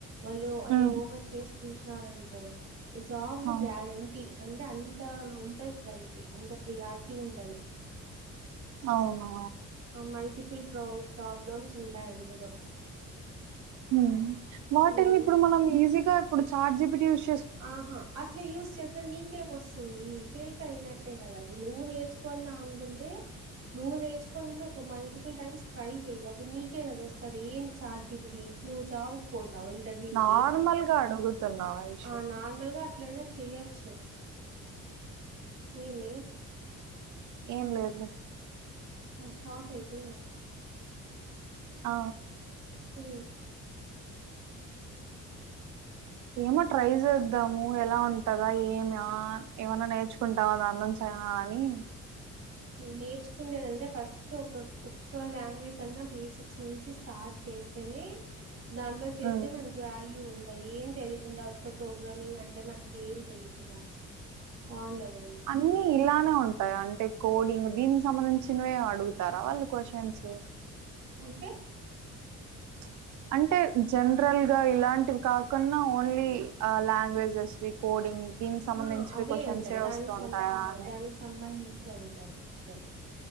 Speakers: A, on the right; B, on the right.
A: వాళ్ళు అది
B: హ్మ్
A: ఓపెన్ చేసి చూసినారనుకో జాబు
B: అవు
A: గ్యారంటీ అంటే అంత ఉంటది దానికి అంత ప్రియారిటీ ఉంటది
B: అవున
A: ఆ మల్టిపుల్ ప్రో ప్రబ్లెమ్స్ ఉంటయందులో
B: ఊ వాటిని
A: ఉమ్.
B: ఇప్పుడు మనం ఈజీగా ఇప్పుడు చార్జిపిటి చూస్
A: ఆహా అట్లా యూజ్ చేస్తే నీకేం వస్తుంది కేకైనాట్టెగా అది నువ్వు నేర్చుకోవాలి లాన్ గుండే నువ్వు నేర్చుకోనింది ఒక మల్టిపుల్ టైమ్స్ ట్రై చెయ్ అప్పుడు నీకే కదా వస్తది ఏంటి చార్జిపిటి నువ్వు జాబుకు పోతావు ఇంటర్వూ
B: నార్మల్గా
A: కి
B: అడుగుతున్నా ఐషు
A: ఆ నార్మల్గా అట్లనే చెయ్యొచ్చు ఏమి
B: ఏన్లేదులే
A: నీ చాకయితే
B: ఆ
A: ఊ
B: ఏమో ట్రై చేద్దాము ఎలా ఉంటదా ఏమి ఆ ఏమన్నా నేర్చుకుంటాం దానిలోంచి అని రావాలి
A: నేర్చుకుండేదంటే ఫస్ట్ ఒక ఒక్క లాంగ్వేజ్ అన్నా బేసిక్స్ నుంచి స్టార్ట్ చే స్తే నే దాంట్లో చేస్తే
B: హ్మ్
A: మనకి వాల్యూ ఉంది అదేం తెలియకుండా ఉత్త ప్రోగ్రామింగ్ అంటే మనకి ఏం తెలియకుండా బాగుండది
B: అన్ని ఇలానే ఉంటాయి అంటే కోడింగ్ దీనికి సంబంధించినవి అడుగుతారా వాళ్ళు క్వశన్స్
A: అంటే
B: <inaudible> అంటే జనరల్ గా ఇలాంటివి కాకుండా ఓన్లీ లాంగ్వేజెస్వి కోడింగ్ దీనికి సంబంధించి
A: ఆ అవే
B: క్వశ్చన్సే
A: ఉంటయి దానికి
B: వస్తూ
A: సం
B: ఉంటాయా
A: ఆ
B: అని
A: దానికి సంబంధించే ఉంటయి దాంట్లో